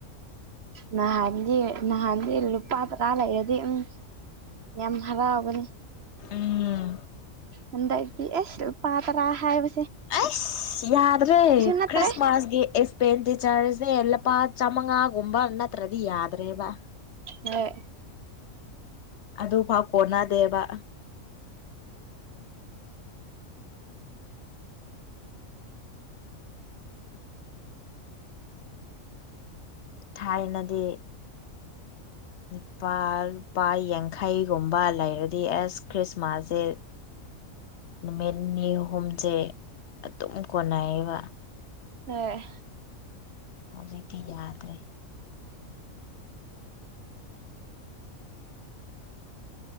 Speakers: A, on the right; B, on the left.
A: ꯅꯍꯥꯟꯗꯤ ꯅꯍꯥꯟꯗꯤ ꯂꯨꯄꯥ ꯇꯔꯥ ꯂꯩꯔꯗꯤ ꯎꯝ ꯌꯥꯝ ꯍꯔꯥꯎꯕꯅꯤ
B: ꯎꯝ
A: ꯍꯟꯗꯛꯇꯤ ꯑꯁ ꯄꯥꯇꯔꯥ ꯍꯥꯏꯕ
B: ꯑꯩꯁ ꯌꯥꯗ꯭ꯔꯦ
A: ꯅꯠꯇ꯭ꯔꯦ
B: ꯈ꯭ꯔꯤꯁꯃꯥꯁꯒꯤ ꯑꯩ ꯄꯦꯇꯤ ꯆꯥꯔꯁꯦ ꯂꯄꯥ ꯆꯥꯝꯃꯉꯥꯒꯨꯝꯕ ꯅꯠꯇ꯭ꯔꯗꯤ ꯌꯥꯗ꯭ꯔꯦꯕ
A: ꯍꯦ
B: ꯑꯗꯨꯐꯥꯎ ꯀꯣꯟꯅꯗꯦꯕ ꯊꯥꯏꯅꯗꯤ ꯂꯨꯄꯥ ꯂꯨꯄꯥ ꯌꯥꯡꯈꯩꯒꯨꯝꯕ ꯂꯩꯔꯗꯤ ꯑꯦꯁ ꯈ꯭ꯔꯤꯁꯃꯥꯁꯁꯦ ꯅꯨꯃꯤꯠ ꯅꯤ ꯍꯨꯝꯁꯦ ꯑꯗꯨꯝ ꯀꯣꯟꯅꯩꯌꯦꯕ
A: ꯍꯣꯏ
B: ꯍꯧꯖꯤꯛꯇꯤ ꯌꯥꯗ꯭ꯔꯦ